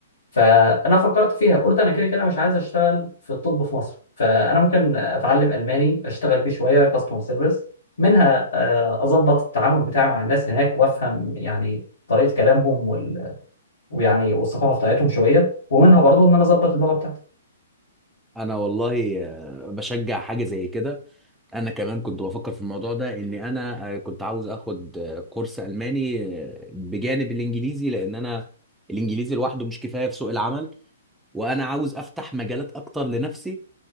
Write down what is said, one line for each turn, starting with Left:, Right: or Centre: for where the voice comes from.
Left: فانا فكرت فيها قلت انا كده كده مش عايز اشتغل في الطب في مصر فانا ممكن اتعلم الماني اشتغل بيه شويه كاستمر سيرفيس منها آه، اظبط التعامل بتاعي مع الناس هناك وافهم يعني طريقه كلامهم وال... ويعني والثقافه بتاعتهم شويه ومنها برضو ان انا اظبط اللغه بتاعتي
Centre: انا والله آه، بشجع حاجه زي كده انا كمان كنت بفكر في الموضوع ده ان انا آه، كنت عاوز اخد آه، كورس الماني آه، بجانب الانجليزي لان انا الانجليزي لوحده مش كفايه في سوق العمل وانا عاوز افتح مجالات اكتر لنفسي